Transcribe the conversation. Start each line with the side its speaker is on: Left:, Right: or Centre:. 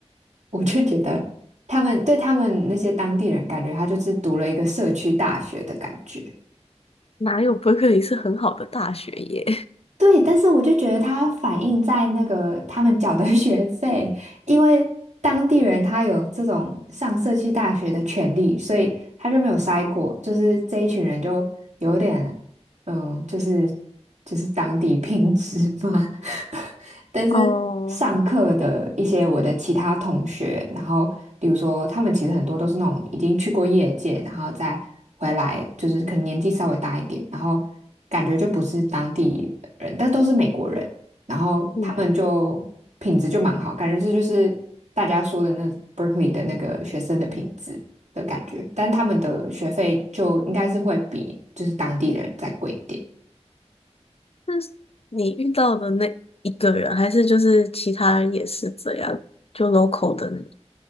Right: 我就觉得他们对他们那些当地人，感觉他就是读了一个社区大学的感觉。
Left: 哪有伯克利是很好的大学耶？
Right: 对，但是我就觉得他反映在那个他们缴的 <laughs> 学费，因为当地人他有这种上社区大学的权利，所以他就没有筛过，就是这一群人就有点嗯，就是就是当地品质嘛。<laughs> 但是上课的一些我的其他同学，
Left: <laughs> 哦，
Right: 然后比如说他们其实很多都是那种已经去过业界，然后再回来，就是可能年纪稍微大一点，然后感觉就不是当地人，但都是美国人，然后他们就品质就蛮好，
Left: 嗯，
Right: 感觉这就是大家说的那 Berkeley 的那个学生的品质。的感觉，但他们的学费就应该是会比就是当地人再贵一点。
Left: 那是你遇到的那一个人，还是就是其他人也是这样，就 local 的那个